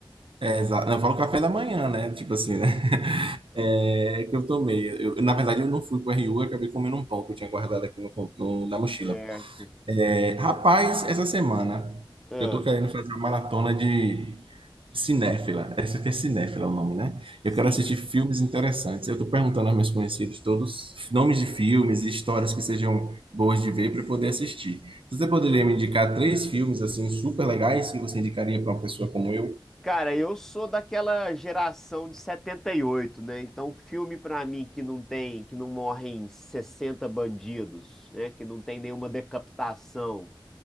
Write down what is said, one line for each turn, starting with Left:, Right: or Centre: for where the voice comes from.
Right: É, exa- Não, eu falo café da manhã, né? Tipo assim, né? <laughs> É que eu tomei. Eu, na verdade, eu não fui para o RU, eu acabei comendo um pão que eu tinha guardado aqui no- no- na mochila.
Centre: Certo.
Right: É, rapaz, essa semana
Centre: Ah,
Right: eu tô querendo fazer uma maratona de cinéfila. Essa aqui é cinéfila o nome, né?
Centre: sim.
Right: Eu quero assistir filmes interessantes. Eu tô perguntando aos meus conhecidos todos nomes de filmes e histórias que sejam boas de ver para poder assistir. Você poderia me indicar três filmes assim super legais que você indicaria para uma pessoa como eu?
Centre: Cara, eu sou daquela geração de 78, né? Então, filme pra mim que não tem, que não morrem 60 bandidos, né? Que não tem nenhuma decapitação,